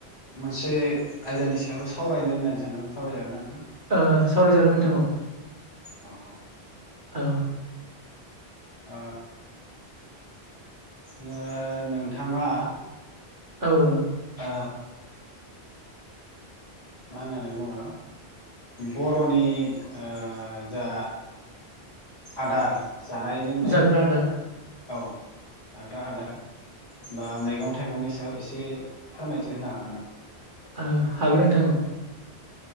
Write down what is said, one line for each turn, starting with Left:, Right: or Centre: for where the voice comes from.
Left: मोनसे आयदानि सायाव सावरायनो होननानै सानदोंमोन सावरायजागोनना नोंथां।
Right: ओ सावरायजागोन नोंथां औ।
Left: अ अ।
Right: औ।
Left: ओ ओ नोंथाङा।
Right: औ नो
Left: आ मा होननानै बुङो बर'नि ओ जा आदार जानाय लोंनाय
Right: जाग्रा आदार
Left: औ जाग्रा आदार बा मैगं थाइगंनि सायाव एसे फोरमायथि होनो हागोन नामा।
Right: ओ हागोन नोंथां औ।